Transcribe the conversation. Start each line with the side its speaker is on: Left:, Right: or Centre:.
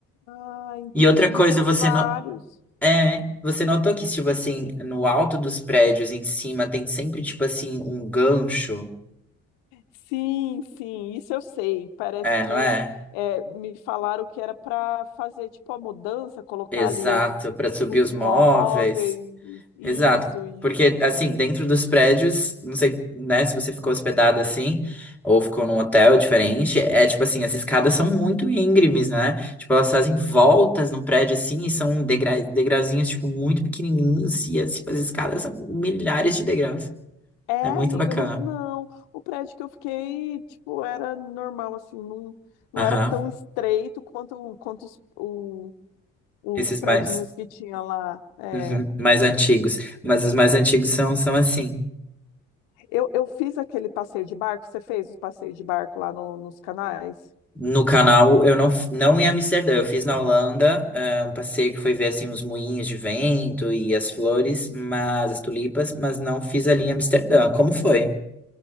Left: ah, entendi.
Centre: E outra coisa,
Left: Tem
Centre: você
Left: vários.
Centre: no- é, você notou que, tipo assim, no alto dos prédios em cima tem sempre, tipo assim, um gancho,
Left: Sim, sim, isso eu sei. Parece
Centre: é,
Left: que
Centre: não é?
Left: é, me falaram que era para fazer tipo a mudança, colocar
Centre: Exato,
Left: ali os,
Centre: para subir
Left: os
Centre: os
Left: móveis,
Centre: móveis.
Left: isso,
Centre: Exato, porque, assim, dentro dos prédios, não sei, né, se você ficou hospedado assim, ou ficou num hotel diferente, é tipo assim, as escadas são muito íngremes, né? Tipo, elas fazem voltas no prédio assim, e são degra degrauzinhos, tipo, muito pequenininhos, e as, tipo, as escadas são milhares de degraus.
Left: É,
Centre: É muito
Left: amiga,
Centre: bacana.
Left: eu não, não. O prédio que eu fiquei, tipo, era normal, assim, não, não
Centre: Aham.
Left: era tão estreito quanto, quanto os, o- os
Centre: Esses
Left: predinhos
Centre: mais,
Left: que tinha lá. É.
Centre: uhum, mais antigos. Mas os mais antigos são, são assim.
Left: Eu, eu fiz aquele passeio de barco, você fez o passeio de barco lá no- nos canais?
Centre: No canal, eu não, f- não em Amsterdã, eu fiz na Holanda, eh, um passeio que foi ver assim os moinhos de vento e as flores, mas as tulipas, mas não fiz ali em Amsterdã. Como foi?